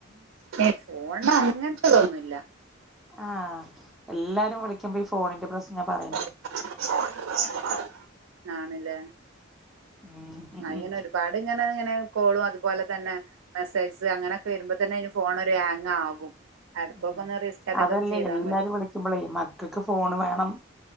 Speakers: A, on the right (about 80°); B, in the centre.
A: ഏയ് ഫോൺൻ്റെ ആവ അങ്ങനത്തെതോന്നുല്ല
B: ആഹ് എല്ലാരും വിളിക്കുമ്പോ ഈ ഫോണിന്റെ പ്രശ്നാ പറയണേ
A: <unintelligible> <inaudible> ആണല്ലേ
B: ഉം
A: അതിങ്ങനെ ഒരുപാട് ഇങ്ങനെ ഇങ്ങനെ കോളും അതുപോലെ തന്നെ മെസ്സേജസ് അങ്ങനെക്കെ വരുമ്പോ തന്നെ ഫോൺ ഒരു ഹാങ് ആകും ഇടയ്ക്കൊക്കെ
B: ഉം
A: ഒന്ന് റീസ്റ്റാർട്ട്
B: അതല്ലേ
A: ഒക്കെ ഒന്ന് ചെയ്താൽ
B: എല്ലാരും
A: മതി
B: വിളിക്കുമ്പോളേ മക്കൾക്ക് ഫോണ് വേണം